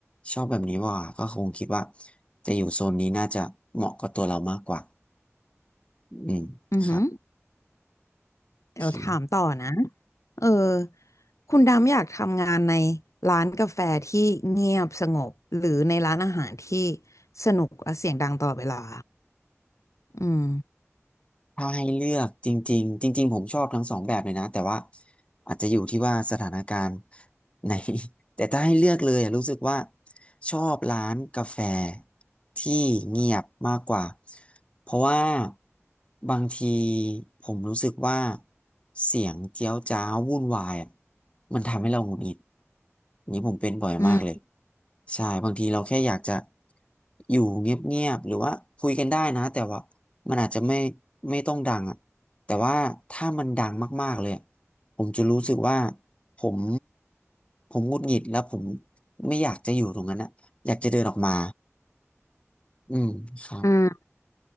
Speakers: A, on the left (about 25°); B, on the left (about 85°).
A: ชอบแบบนี้ว่าก็คงคิดว่าจะอยู่โซนนี้น่าจะเหมาะกับตัวเรามากกว่าอืมครับ
B: อือหือเดี๋ยวถามต่อนะ
A: โอเค
B: เออคุณดำอยากทำงานในร้านกาแฟที่เงียบสงบหรือในร้านอาหารที่สนุกและเสียงดังตลอดเวลาอืม
A: ถ้าให้เลือกจริงๆจริงๆผมชอบทั้งสองแบบเลยนะแต่ว่า อาจจะอยู่ที่ว่าสถานการณ์ไหน <laughs> แต่ถ้าให้เลือกเลยอะรู้สึกว่าชอบร้านกาแฟที่เงียบมากกว่า เพราะว่าบางทีผมรู้สึกว่าเสียงเจี๊ยวจ้าววุ่นวายอะมันทำให้เราหงุดหงิด นี่ผมเป็นบ่อยมากเลย
B: อ
A: ใช่บางทีเราแค่อยากจะอยู่เงียบๆหรือว่าคุยกันได้นะแต่ว่ามันอาจจะไม่ไม่ต้องดังอ่ะแต่ว่าถ้ามันดังมากๆเลย ผมจะรู้สึกว่าผมผมหงุดหงิดแล้วผมไม่อยากจะอยู่ตรงนั้นนะอยากจะเดินออกมาอืมครับ
B: ืม